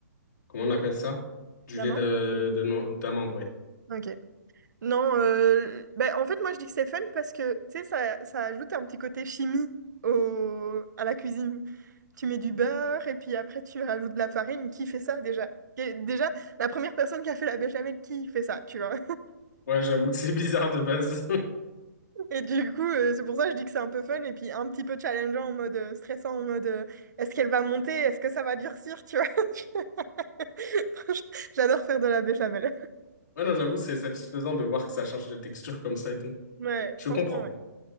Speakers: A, on the left (about 80°); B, on the right (about 80°).
A: Comment on appelle ça? Du
B: D'amande?
A: lait de, de, no- d'amande, ouais.
B: Ok. Non, euh, ben, en fait, moi, je dis que c'est fun parce que, tu sais, ça, ça ajoute un petit côté chimie au, à la cuisine. Tu mets du beurre et puis après, tu rajoutes de la farine. Qui fait ça déjà? Et déjà, la première personne qui a fait la béchamel, qui fait ça, tu vois?
A: Ouais, j'avoue que c'est <laughs> bizarre de base. <laughs>
B: <laughs> Et du coup, euh, c'est pour ça que je dis que c'est un peu fun et puis un petit peu challengeant en mode euh, stressant, en mode euh, est-ce qu'elle va monter? Est-ce que ça va durcir? Tu vois? <laughs> Franchement, J'adore faire de la béchamel.
A: Ouais, non, j'avoue, c'est satisfaisant de voir que ça change de texture comme ça et tout.
B: Ouais,
A: Je
B: franchement,
A: comprends.
B: ouais.